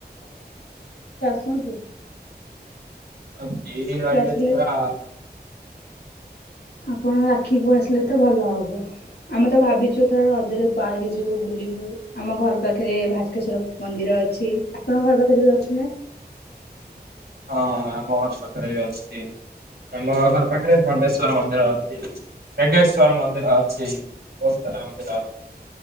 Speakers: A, on the left; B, on the right.
A: ସନ୍ତୁ
B: ଆଉ ଦିନି ରହିଲେ
A: ଆସିଲେ
B: ଯିବା।
A: ଆପଣ ରାକ୍ଷୀକୁୁ ଆସିଲେ ତ ଭଲ ହବ। ଆମେ ତ ଭାବିଚୁ ଏଥର ରଜରେ ପାର୍କେ ଯିବୁ ବୁଲିବୁ ଆମ ଘର ପାଖେରେ ଭାସ୍କେଶ୍ଵର ମନ୍ଦିର ଅଛି। ଆପଣଙ୍କ ଘର ପାଖରେ ବି ଅଛି ନାଁ?
B: ହଁ ଆମ ଘର ପାଖରେ ବି ଅଛି। ଆମ ଘର ପାଖରେ ଜାମେଶ୍ଵର ମନ୍ଦିର ପିଜୁ କେଗେଶ୍ଵର ମନ୍ଦିର ଅଛି। ବୋହୁତ୍ ସାରା ମନ୍ଦିର ଅଛି।